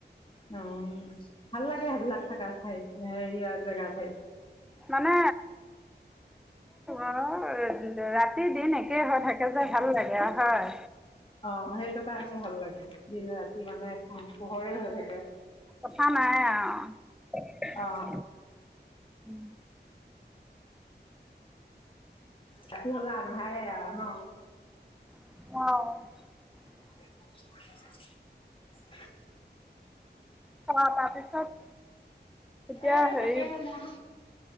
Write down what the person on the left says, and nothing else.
অ ভাল লাগে সেইবিলাক থাকাত। হয় ইয় জগাত হয়।
অ সেইটো কাৰণে ভাল লাগে দিন ৰাতি মানে পোহৰে হৈ থাকে।
অ
ৰাতি হ'লে আন্ধাৰ এ আৰু ন।
<unintelligible>
এ
তাকে সে মই।